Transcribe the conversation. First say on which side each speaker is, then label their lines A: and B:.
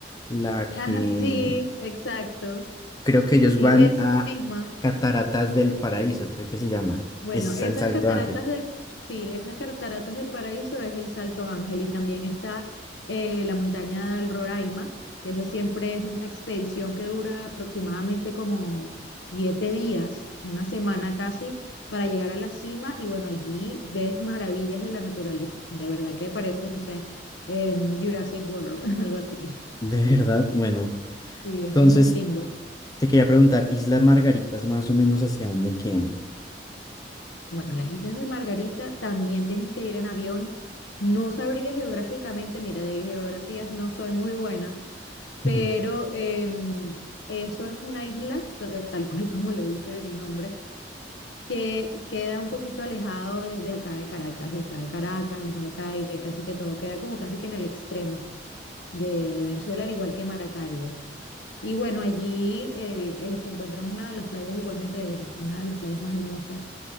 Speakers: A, on the left (about 20°); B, on the left (about 80°).
A: la
B: <laughs>
A: que.
B: Ajá, sí,
A: mm,
B: exacto.
A: Creo que ellos
B: Sí,
A: van
B: eso
A: a
B: mismo.
A: Cataratas del Paraíso, creo que se llama.
B: Bueno,
A: Es
B: esas
A: al Salto
B: cataratas
A: Ángel.
B: del, sí, esas cataratas del Paraíso es el Salto Ángel y también está eh, la montaña del Roraima, que esa siempre es una expedición que dura aproximadamente como siete días, una semana casi, para llegar a la cima y bueno, allí ves maravillas de la naturaleza, de verdad que parece, no sé, em, Jurassic World, <laughs> algo así.
A: De verdad, bueno.
B: Sí, es
A: Entonces,
B: muy lindo.
A: te quería preguntar, Islas Margaritas, más o menos hacia dónde quedan.
B: Bueno, las Islas de Margarita también tienes que ir en avión. No sabría geográficamente, mira, de geografías no soy muy buena, pero
A: Ujú.
B: em, eso es una isla, ta- tal cual como lo dice el nombre, que queda un poquito alejado de, de acá de Caracas, de acá de Caracas, de Maracay, de casi que todo, queda como casi que en el extremo de, de Venezuela, al igual que Maracaibo. Y bueno, allí eh, eh, se encuentran una de las playas, igualmente del- una de las playas más hermosas